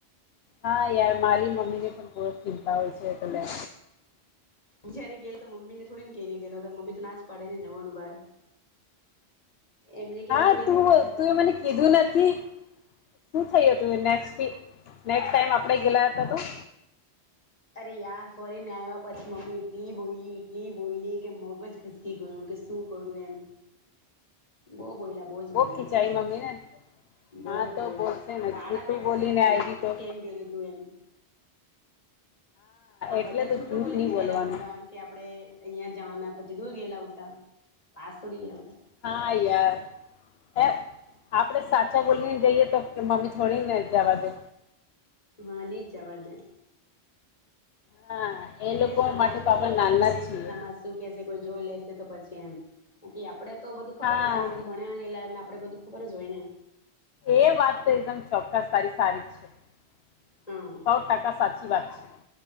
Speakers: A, on the left; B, on the left.
A: હા, યાર મારી મમ્મી ને પણ બહુ ચિંતા હોય છે એટલે.
B: હું જયારે ગેલો તો મમ્મી ને થોડીને કે ને ગેલો, મમ્મી તો ના જ પાડે ને જવાનું બહાર. એમને કઈને
A: હા,
B: થોડી
A: તું
B: જવા બહાર
A: તું એ મને કીધું નથી. શું થયું હતું નેક્સ્ટ વીક? નેક્સ્ટ ટાઈમ આપણે. ગલા હતા તું.
B: અરે યાર, ફરી ને આવ્યા પછી મમ્મી એટલી બોયલી, એટલી બોયલી. કે મગજ ઘસીટી ગયો કે શું કરું એમ. બહુ બોલ્યા. બોજ
A: બહુ
B: બોલા
A: ખીચાઈ મમ્મી ને
B: બોજ
A: હા તો
B: બોજ
A: બોલશે ને
B: ગાળ
A: જૂઠું
B: આપીયા કરતી
A: બોલીને
B: હતી,
A: આવી તો
B: કેમ ગેલી તું એમ. હા,
A: એટલે
B: બધા
A: તો
B: જૂઠું
A: જૂઠ
B: બોલીને
A: નહી
B: જ
A: બોલવાનું
B: ગયેલા હોતા કે આપડે અહિયાં જવાના. પછી દૂર ગેલા હતા, પાસોડી ગેલા હતા.
A: હા, યાર. એફ આપડે સાચા બોલીને જઈએ તો કે મમ્મી થોડીને જવા દે.
B: હા ની જ જવા દે.
A: હા એ
B: એમને
A: લોકો
B: સમાજ
A: માટે તો
B: નુ
A: આપણે
B: બહુ ડર
A: નાના
B: હોય
A: જ
B: ને,
A: છીએ
B: કે સમાજ શું કેશે, કોઈ જો લેશે તો પછી. કી આપ આપણે તો બધું ખબર
A: હા
B: જ છેને, આપણે તો ભણ્યાનેલાને આપણે બધું. ખબર જોઈને.
A: એ વાત તો એકદમ ચોક્કસ તારી સારી. છે <unintelligible>
B: હા
A: સૌ ટકા સાચી વાજ છે.